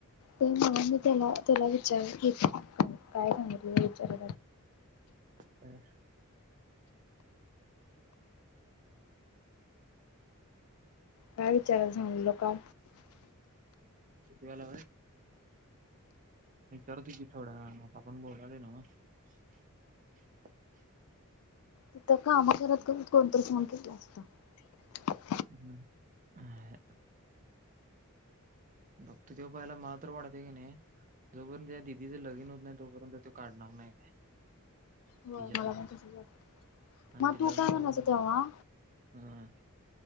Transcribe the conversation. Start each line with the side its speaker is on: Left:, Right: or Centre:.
Left: ते म्हणून, मी त्याला तुला विचार काय सांगितलं? विचार
Right: ह <unintelligible>
Left: काय विचारायला सांगितलं का
Right: कतील चार त <unintelligible> थोडं मग आपण बोलाले ना म <unintelligible>
Left: तिथं काम करत करत कोण तरी फोन केलता अता
Right: हम् ह बघत तेव पायला मात्र वाढत की नाही जोपर्यंत या दिदीच लगीन होत नाही तोपर्यंत तो काढणार नाही काय.
Left: व्हय
Right: तिच्या
Left: हो मला
Right: दिदीच
Left: पण तसच वाटत
Right: आणि
Left: मग
Right: ते
Left: तू
Right: लग्न
Left: काय म्हणायचं
Right: होऊन
Left: तेव्हा
Right: अ